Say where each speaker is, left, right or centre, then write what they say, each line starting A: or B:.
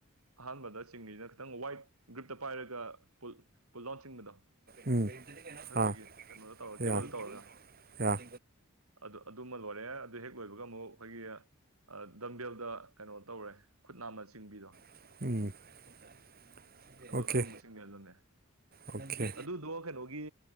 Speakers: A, on the right; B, on the right.
A: ꯑꯍꯥꯟꯕꯗ ꯆꯤꯡꯉꯅ ꯈꯤꯇꯪ ꯋꯥꯏꯠ ꯒ꯭ꯔꯤꯨꯞꯇ ꯄꯥꯏꯔꯒ ꯄꯨ ꯂꯥꯎꯟ ꯆꯤꯡꯕꯗꯣ
B: ꯎꯝ
A: ꯃꯊꯛꯇꯒꯤ
B: ꯑꯥ
A: ꯀꯩꯅꯣꯗ ꯇꯧꯔꯒ ꯀꯦꯕꯜꯗ
B: ꯌꯥ
A: ꯇꯧꯔꯒ
B: ꯌꯥ
A: ꯑꯗꯨ ꯑꯗꯨꯃ ꯂꯣꯏꯔꯦ ꯑꯗꯨ ꯍꯦꯛ ꯂꯣꯏꯕꯒ ꯑꯃꯨꯛ ꯑꯩꯈꯣꯏꯒꯤ ꯗꯝꯕꯦꯜꯗ ꯀꯩꯅꯣ ꯇꯧꯔꯦ ꯈꯨꯠꯅꯥꯃ ꯆꯤꯡꯕꯤꯗꯣ
B: <unintelligible>
A: ꯑꯗꯨ
B: ꯑꯣꯀꯦ
A: ꯑꯗꯨꯝꯕꯁꯤꯡꯅꯦ ꯑꯗꯨꯝꯅꯦ
B: ꯑꯣꯀꯦ
A: ꯑꯗꯨꯗꯣ ꯀꯩꯅꯣꯒꯤ